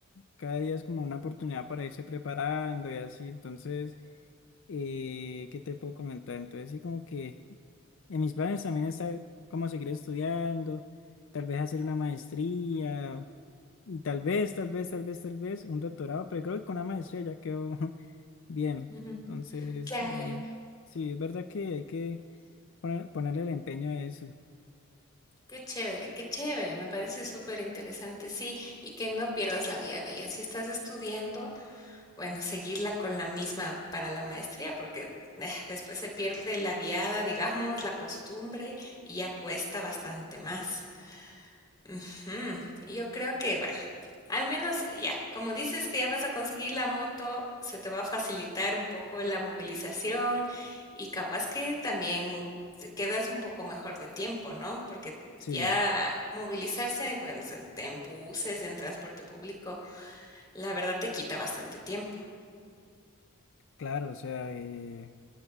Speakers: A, on the left; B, on the left.
A: Cada día es como una oportunidad para irse preparando y así. Entonces, eh, ¿qué te puedo comentar? Entonces, sí, como que... En mis planes también está cómo seguir estudiando, tal vez hacer una maestría, y tal vez, tal vez, tal vez, tal vez un doctorado, pero creo que con una maestría ya quedó <laughs> bien.
B: Ujú,
A: Entonces,
B: Claro,
A: eh, sí, es verdad que hay que poner- ponerle el empeño a eso.
B: qué chévere, qué chévere, me parece súper interesante, sí, y que no pierdas la viada. Y así estás estudiando, bueno, seguirla con la misma para la maestría, porque eh, después se pierde la viada, digamos, la costumbre, y ya cuesta bastante más. Ujú, y Yo creo que, bueno, Al menos ya, como dices que ya vas a conseguir la moto, se te va a facilitar un poco la movilización y capaz que también te quedas un poco mejor de tiempo, ¿no? Porque
A: Sí,
B: ya movilizarse, pues, en, en buses, en transporte público, la verdad te quita bastante tiempo.
A: claro, o sea, eh,